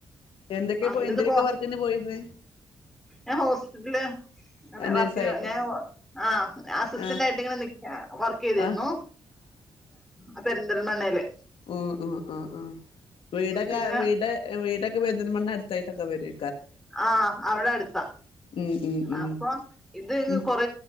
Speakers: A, on the left; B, in the centre.
A: എന്തൊക്കെ
B: അവിടുന്ന്
A: എന്തിനൊക്കെ
B: പോ
A: വർക്കിന് പോയിന്ന്?
B: ഞാൻ ഹോസ് െ <unintelligible>
A: നേഴ്സായിട്ട്
B: വർക്ക് ഞാൻ ആ <unintelligible>
A: ആ
B: <unintelligible> വർക്കയ്തിരുന്ന്
A: ആ
B: അപ്പൊ ന്തൽമണ്ണയില്
A: അ ആ ആ വീടക്ക
B: പിന്നെ
A: വീട് വീടൊക്ക പെരിന്തൽമണ്ണ അടുത്തായിട്ടൊക്കെ വരോ
B: ആഹ അവിടെ അടുത്താ
A: ഉം ഉം ഉം
B: അപ്പൊ ഇത്
A: ഉം
B: കൊറ